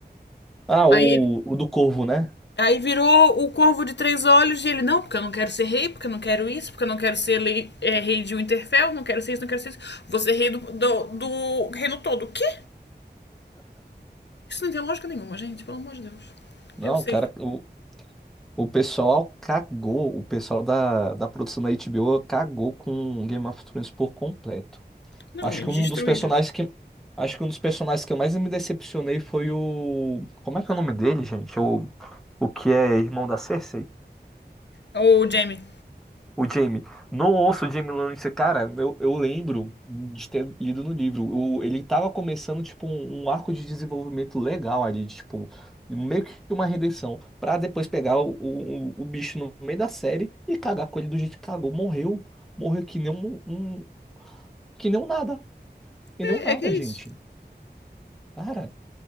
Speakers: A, in the centre; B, on the left (about 85°).
A: Ah,
B: Aí,
A: o, o do Corvo, né?
B: aí virou o Corvo de Três Olhos e ele, não, porque eu não quero ser rei, porque eu não quero isso, porque eu não quero ser lei- é, rei de Winterfell, não quero ser isso, não quero ser isso. Vou ser rei do, do, do reino todo. O quê? Isso não tem lógica nenhuma, gente, pelo amor de Deus.
A: Não,
B: Eu sei.
A: cara, o, o pessoal cagou, o pessoal da, da produção da HBO cagou com Game of Thrones por completo.
B: Não,
A: Acho
B: eles
A: que um
B: destruíram.
A: dos personagens que. Acho que um dos personagens que eu mais me decepcionei foi o. Como é que é o nome dele, gente? O, o que é irmão da Cersei?
B: Ô, Jamie.
A: O Jaime. Não ouço o Jaime Lannister. Cara, eu, eu lembro de ter lido no livro. O, ele tava começando, tipo, um, um arco de desenvolvimento legal ali, tipo, meio que uma redenção. Pra depois pegar o, o, o bicho no meio da série e cagar com ele do jeito que cagou. Morreu. Morreu que nem um, um- que nem um nada. Que
B: É,
A: nem um nada,
B: é que é
A: gente.
B: isso.
A: Cara.